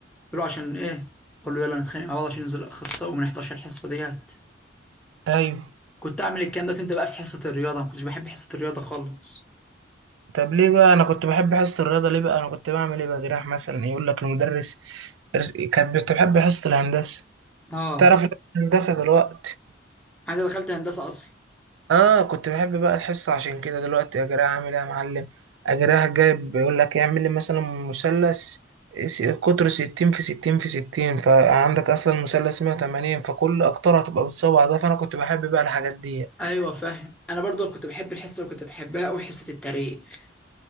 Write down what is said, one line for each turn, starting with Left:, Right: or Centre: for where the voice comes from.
Centre: يقول له عشان ايه؟ اقول له يلا نتخانق مع بعض عشان ننزل اخصائي وما نحضرش الحصه ديت
Right: ايوه
Centre: كنت اعمل الكلام ده امتى بقى في حصه الرياضه ما كنتش بحب حصه الرياضه خالص
Right: طب ليه بقى انا كنت بحب حصة الرياضة ليه بقى انا كنت بعمل ايه بقى جراح مثلا يقول لك المدرس ارس- كانت بتحب حصة الهندسة
Centre: اه
Right: تعرف إن أنا هندسة دلوقتي
Centre: انا دخلت هندسه اصلا
Right: اه كنت بحب بقى الحصة عشان كده دلوقتي اجريها عامل ايه يا معلم اجريها جايب بيقول لك إيه، اعمل لي مثلا مثلث س- قطره 60 في 60 في 60 فعندك اصلا المثلث 180 فكل اقطاره هتبقى بالصوابع ده فانا كنت بحب بقى الحاجات دي
Centre: ايوه فاهم انا برضو كنت بحب الحصه اللي كنت بحبها قوي حصه التاريخ